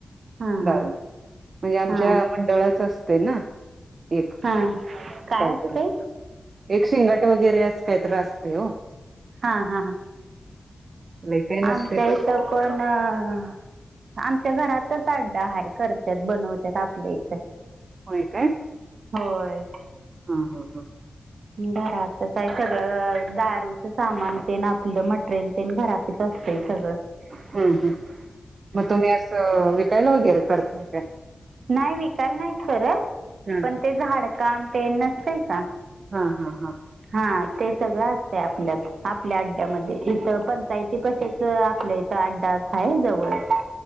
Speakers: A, on the right; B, on the right.
A: हा
B: दारू
A: हा
B: म्हणजे आमच्या
A: हा
B: मंडळाच असतय ना. एक
A: हा काय
B: कायतर
A: असते
B: एक शिंगाट वगैरे असं काहीतर असतय ओ
A: हा हा
B: लय काय नसते
A: आमच्या
B: पण
A: इथ पण आमच्या घरातच अड्डा हाय करतात बनवतात आपल्या इथं.
B: होय काय.
A: होय.
B: हा हा हा
A: घरातच आहे सगळं दारूचं सामान तेन आपलं मटेरियल तेन घरातच असतय सगळं
B: हम्म हम्म मग तुम्ही असं विकायला वगैरे करता.
A: नाय विकायला नाय करत
B: हा
A: पण ते झाडकाम ते नसतंय का.
B: हा हा हा
A: हा ते सगळं असतय आपल्यात आपल्या अड्ड्यामध्ये इथ पंचायती कशाच आपल्या इथं अड्डा हाय जवळच